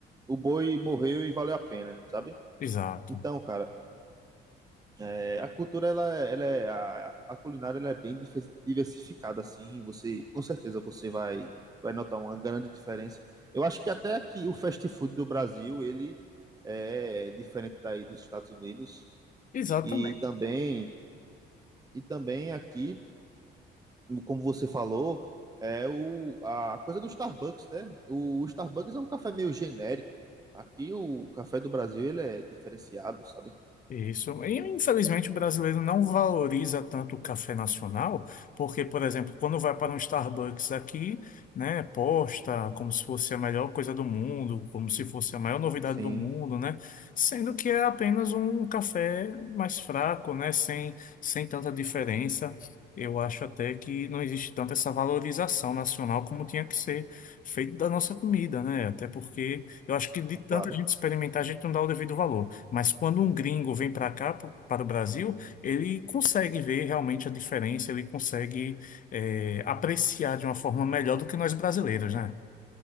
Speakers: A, on the right; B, on the left.
A: o boi morreu e valeu a pena, sabe?
B: Exato.
A: Então, cara, é, a cultura, ela, é- ela é, a, a culinária, ela é bem dife- diversificada, assim, você, com certeza, você vai, vai notar uma grande diferença. Eu acho que até aqui o fast food do Brasil, ele é diferente daí dos Estados Unidos,
B: Exato
A: e também, e também aqui como você falou, é o, a coisa do Starbucks, né? O, o Starbucks é um café meio genérico. Aqui o café do Brasil ele é diferenciado, sabe?
B: Isso. E, infelizmente, o brasileiro não valoriza tanto o café nacional, porque, por exemplo, quando vai para um Starbucks aqui, né, posta como se fosse a melhor coisa do mundo, como se fosse a maior novidade
A: Sim.
B: do mundo, né, sendo que é apenas um café mais fraco, né, sem, sem tanta diferença. Eu acho até que não existe tanta essa valorização nacional como tinha que ser feito da nossa comida, né? Até porque eu acho que de
A: Ah,
B: tanta
A: Claro.
B: gente experimentar, a gente não dá o devido valor. Mas quando um gringo vem para cá, pro- para o Brasil, ele consegue ver realmente a diferença, ele consegue eh, apreciar de uma forma melhor do que nós brasileiros, né?